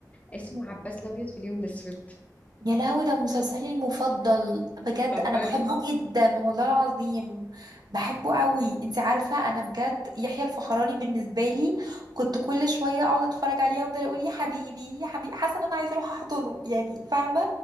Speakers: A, on the left; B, on the right.
A: اسمه عباس الأبيض في اليوم الأسود
B: يا لهوي ده مسلسلي المفضل بجد
A: بتهزري
B: انا بحبه جدا والله العظيم بحبه قوي انت عارفه انا بجد يحيى الفخراني بالنسبه لي كنت كل شويه اقعد اتفرج عليه وافضل اقول يا حبيبي يا حبيبي حاسه ان انا عايزه اروح احضنه يعني فاهمه